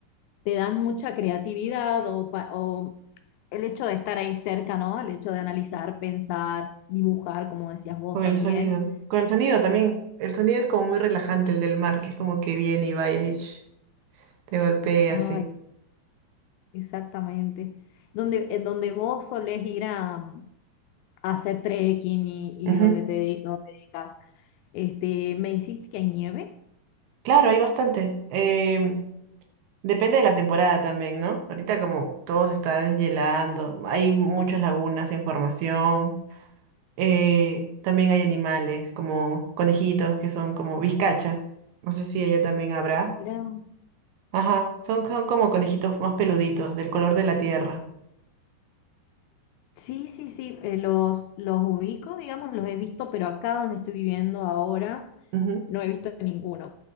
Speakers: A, on the left; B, on the right.
A: te dan mucha creatividad o, pa- o el hecho de estar ahí cerca, ¿no? El hecho de analizar, pensar, dibujar, como decías vos
B: Con
A: también.
B: el sonido, ¿no? Con el sonido también. El sonido es como muy relajante, el del mar, que es como que viene y va y así, ch, te golpea
A: Ay,
B: así.
A: exactamente. Donde, en donde vos solés ir a, a hacer trekking y,
B: Ujú.
A: y donde te de- donde te dedicas. Este, ¿me dijiste que hay nieve?
B: Claro, hay bastante. Em, depende de la temporada también, ¿no? Ahorita como todo se está deshielando, hay muchas lagunas en formación. eh, también hay animales como conejitos que son como vizcachas. No sé si ella también habrá.
A: Mira.
B: Ajá, son, son como conejitos más peluditos, del color de la tierra.
A: Sí, sí, sí, eh, los, los ubico, digamos, los he visto, pero acá donde estoy viviendo ahora
B: Ujú.
A: no he visto ninguno,